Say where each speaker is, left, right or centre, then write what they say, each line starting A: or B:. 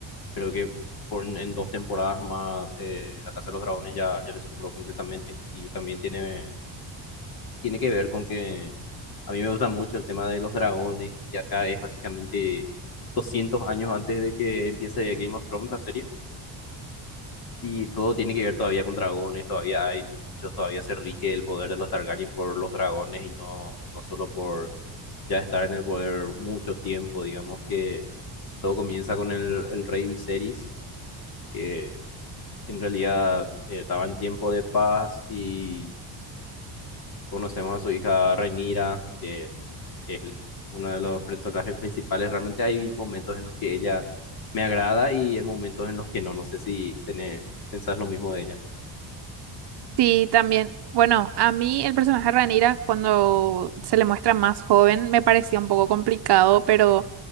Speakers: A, on the left; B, on the right.
A: creo que por, en dos temporadas más eh, La Casa de los Dragones ya, ya le superó completamente y también tiene, tiene que ver con que a mí me gusta mucho el tema de los dragones y acá es básicamente 200 años antes de que empiece Game of Thrones la serie. Y todo tiene que ver todavía con dragones, todavía hay muchos, todavía se rige el poder de los Targaryen por los dragones y no, no solo por ya estar en el poder mucho tiempo, digamos que todo comienza con el, el rey Viserys, que en realidad eh, estaba en tiempo de paz y conocemos a su hija Rhaenyra, que es uno de los personajes principales, realmente hay momentos en los que ella me agrada y hay momentos en los que no, no sé si tenés, pensás lo mismo de ella.
B: Sí, también. Bueno, a mí el personaje de Rhaenyra cuando se le muestra más joven me parecía un poco complicado, pero